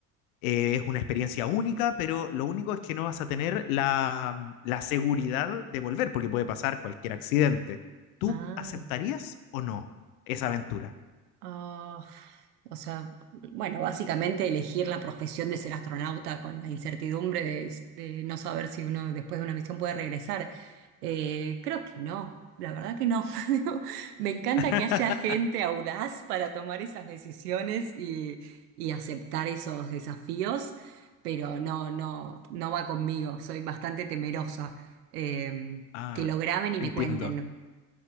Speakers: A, on the left; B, on the right.
A: eh, es una experiencia única, pero lo único es que no vas a tener la, la seguridad de volver, porque puede pasar cualquier accidente. ¿Tú
B: Ah.
A: aceptarías o no esa aventura?
B: Ah, o sea, bueno, básicamente elegir la profesión de ser astronauta con la incertidumbre de, de no saber si uno después de una misión puede regresar. Eh, creo que no, la verdad que no. <laughs> Digo, Me encanta
A: <laughs>
B: que haya gente audaz para tomar esas decisiones y, y aceptar esos desafíos, pero no, no, no va conmigo. Soy bastante temerosa. Em,
A: Ah,
B: que lo graben y
A: entiendo.
B: me cuenten.